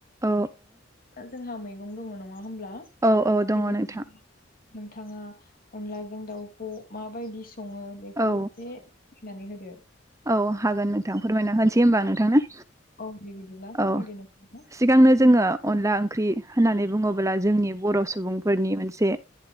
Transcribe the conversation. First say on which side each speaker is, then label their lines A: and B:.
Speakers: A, on the right (about 15°); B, on the left (about 45°).
A: औ
B: जोंहा मैगं दङ नङा होमब्ला।
A: औ औ दङ
B: थिग बिदिनो
A: नोंथां।
B: नोंथाङा अनलाजों दाउखौ माबायदि सङो। बेखौ
A: औ
B: एसे फोरमायनानै होदो।
A: औ- हागोन नोंथां फोरमायना होनोसै होमबा नोंथांनो।
B: औ दे बिदिब्ला
A: औ-
B: फोरमायदो नोंथाङा
A: सिगांनो जोङो अनला ओंख्रि होननानै बुङोब्ला जोंनि बर' सुबुंफोरनि मोनसे